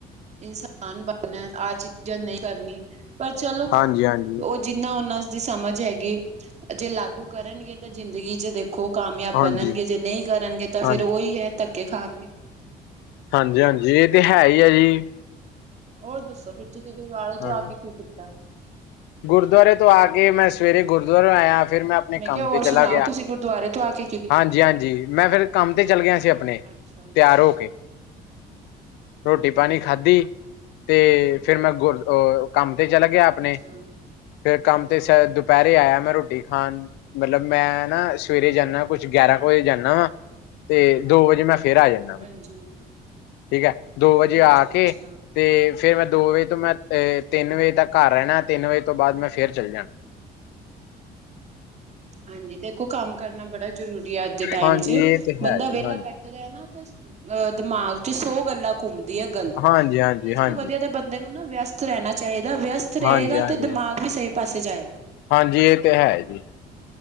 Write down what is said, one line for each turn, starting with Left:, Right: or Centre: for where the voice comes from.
Right: ਇਨਸਾਨ ਬਣਨਾ ਆਹ ਚੀਜ਼ਾਂ ਨਹੀਂ ਕਰਨੀ। ਪਰ ਚਲੋ
Left: ਹਾਂਜੀ ਹਾਂਜੀ
Right: ਉਹ ਜਿੰਨਾ ਉਹਨਾਂ ਦੀ ਸਮਝ ਹੈਗੀ ਜੇ ਲਾਗੂ ਕਰਨਗੇ ਤਾਂ ਜ਼ਿੰਦਗੀ ਚ ਦੇਖੋ ਖੋ ਕਾਮਯਾਬ
Left: ਹਾਂਜੀ
Right: ਬਣਨਗੇ ਜੇ ਨਹੀਂ ਕਰਨਗੇ ਤਾਂ ਫੇਰ
Left: ਹਾਂਜੀ
Right: ਉਹੀ ਹੈ ਧੱਕੇ ਖਾਣਗੇ ਭੱਜ ਲੰਮ।
Left: ਹਾਂਜੀ ਹਾਂਜੀ ਇਹ ਤੇ ਹੈ ਹੀ ਆ ਜੀ।
Right: ਹੋਰ ਦੱਸੋ ਫਰ ਤੁਸੀਂ ਗੁਰਦੁਆਰੇ
Left: ਹਾਂਜੀ
Right: ਤੋਂ ਆ ਕੇ ਕੀ ਕੀਤਾ?
Left: ਗੁਰਦੁਆਰੇ ਤੋਂ ਆ ਕੇ ਮੈਂ ਸਵੇਰੇ ਗੁਰਦੁਆਰੇ ਆਇਆ ਫਿਰ ਮੈਂ ਆਪਣੇ ਕੰਮ
Right: ਕਿਹਾ ਹੋਰ
Left: ਤੇ ਚਲਾ
Right: ਸੁਣਾਓ
Left: ਗਿਆ
Right: ਤੁਸੀਂ ਗੁਰਦੁਆਰੇ ਤੋਂ ਆ ਕੇ ਕੀ ਕੀਤਾ
Left: ਹਾਂਜੀ-ਹਾਂਜੀ ਮੈਂ ਫਿਰ ਕੰਮ ਤੇ ਚੱਲ ਗਿਆ ਸੀ ਆਪਣੇ
Right: ਅੱਛਾ
Left: ਤਿਆਰ ਹੋ ਕੇ ਰੋਟੀ ਪਾਣੀ ਖਾਧੀ ਤੇ ਫਿਰ ਮੈਂ ਗੁਰ ਕੰਮ ਤੇ ਚਲਾ ਗਿਆ ਆਪਣੇ
Right: ਅੱਛਾ
Left: ਫੇਰ ਕੰਮ ਤੇ ਸ ਦੁਪਹਿਰੇ ਆਇਆ ਮੈਂ ਰੋਟੀ ਖਾਣ ਮਤਲਬ ਮੈਂ ਨਾ ਸਵੇਰੇ ਜਾਂਦਾ ਕੁਛ ਗਿਆਰਾਂ ਕੁ ਵਜੇ ਜਾਂਣਾ ਵਾ ਤੇ ਦੋ ਵਜੇ ਮੈਂ ਫੇਰ ਆ ਜਾਨਾ।
Right: ਹਾਂਜੀ।
Left: ਠੀਕ ਹੈ ਦੋ ਵਜੇ
Right: ਅੱਛਾ
Left: ਆ
Right: ਅੱਛਾ
Left: ਕੇ ਤੇ ਫੇਰ ਮੈਂ ਦੋ ਵਜੇ ਤੋਂ ਮੈਂ ਅ ਤਿੰਨ ਵਜੇ ਤੱਕ ਘਰ ਰਹਿਣਾ, ਤਿੰਨ ਵਜੇ ਤੋਂ ਬਾਅਦ ਮੈਂ ਫਿਰ ਚੱਲ ਜਾਣਾ।
Right: ਹਾਂਜੀ ਤੇਖੋ ਕੰਮ ਕਰਨਾ ਬੜਾ ਜ਼ਰੂਰੀ ਹੈ ਅੱਜ ਦੇ ਟਾਈਮ
Left: ਹਾਂਜੀ
Right: ਚ
Left: ਇਹ ਤੇ
Right: ਬੰਦਾ
Left: ਹੈ ਜੀ
Right: ਵਿਹਲਾ
Left: ਹਾਂਜੀ
Right: ਬੈਣ ਦਾ ਨਾ ਅਹ ਦਿਮਾਗ ਚ ਸੋ ਗੱਲਾਂ ਘੁੰਮਦੀ ਹੈ ਗ਼ਲਤ
Left: ਹਾਂਜੀ
Right: ਤੇ
Left: ਹਾਂਜੀ
Right: ਇਸ
Left: ਹਾਂਜੀ
Right: ਤੋਂ ਵਧੀਆ ਤੇ ਬੰਦੇ ਨੂੰ ਨਾ ਵਿਅਸਤ ਰਹਿਣਾ ਚਾਹੀਦਾ ਵਿਅਸਤ ਰਹੇਗਾ
Left: ਹਾਂਜੀ ਹਾਂਜੀ
Right: ਤੇ ਦਿਮਾਗ ਵੀ ਸਹੀ ਪਾਸੇ ਜਾਏਗਾ।
Left: ਹਾਂਜੀ ਇਹ ਤੇ ਹੈ ਜੀ